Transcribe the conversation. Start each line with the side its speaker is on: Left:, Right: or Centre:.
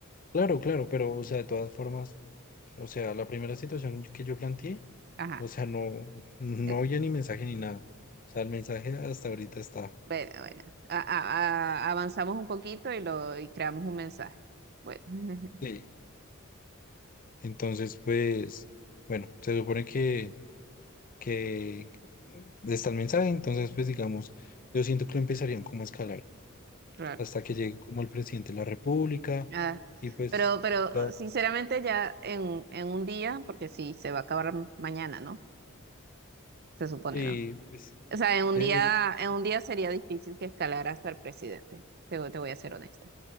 Left: claro, claro, pero, o sea, de todas formas, o sea, la primera situación que yo planteé,
Right: Ajá.
Left: o sea, no, no
Right: eh,
Left: había ni mensaje ni nada. O sea, el mensaje hasta ahorita está.
Right: Bueno, bueno. A- a- a- avanzamos un poquito y lo y creamos un mensaje. Bueno, <laughs>
Left: Sí. Entonces, pues, bueno, se supone que... que está el mensaje, entonces pues digamos, yo siento que lo empezarían como a escalar
Right: claro.
Left: hasta que llegue como el presidente de la República
Right: Ah,
Left: y pues,
Right: pero, pero
Left: ya,
Right: sinceramente ya en, en un día, porque si se va a acabar mañana, ¿no? Se supone,
Left: sí,
Right: ¿no?
Left: pues,
Right: O sea, en un
Left: eh,
Right: día, en un día sería difícil que escalara hasta el presidente. Te, voy- te voy a ser honesta.